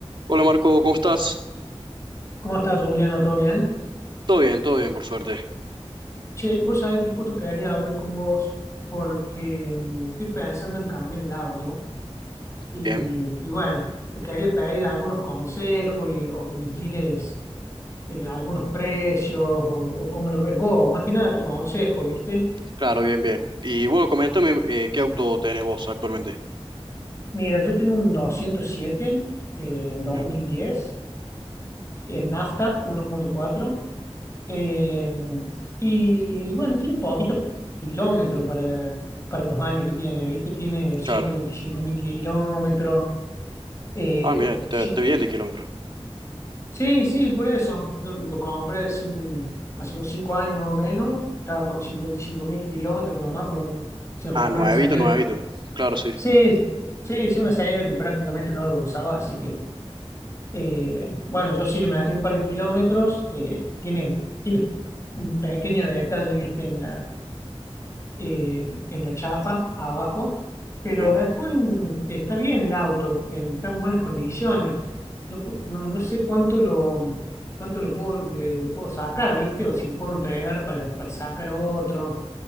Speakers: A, on the right; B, on the left.
A: Hola Marco, ¿cómo estás?
B: ¿Cómo estás, Juliano? ¿Todo bien?
A: Todo bien, todo bien, por suerte.
B: Che, vos sabés que justo quería hablar con vos porque mm, estoy pensando en cambiar el auto y,
A: Bien,
B: y bueno, te quería pedir algunos consejos y, o que me tires eh, algunos precios o, o cómo lo ves vos. Más que nada tu consejo, ¿viste?
A: claro, bien, bien. Y bueno, coméntame eh, qué auto tenés vos actualmente.
B: Mira, yo tengo un 207 eh, en dos
A: Bien,
B: mil diez. en nafta, 1.4. Eh, y bueno, tiene poquitos kilómetros para, para los años que tiene, ¿viste? Tiene ciento
A: claro.
B: veinticinco mil kilómetros. Eh,
A: Ah, mira, te,
B: sí,
A: te bien de kilómetros.
B: sí, sí, por eso. Yo lo compré hace, un- hace unos cinco años más o menos. Estaba con cincuenta y cinco mil kilómetros nomás, pero un- se
A: Ah,
B: lo compré
A: nuevito,
B: a una señora
A: nuevito.
B: que...
A: Claro, sí,
B: Sí, sí, sí, una señora que prácticamente no lo usaba, así que eh, bueno, yo sí le metí un par de kilómetros. eh, tiene, tiene un pequeño detalle, viste, en la, eh, en la chapa abajo, pero
A: bien.
B: después mm, está bien el auto, en tan buenas condiciones. Yo po- no, no sé cuánto lo, cuánto lo puedo, le, le puedo sacar, viste, o si lo puedo entregar para, para sacar otro.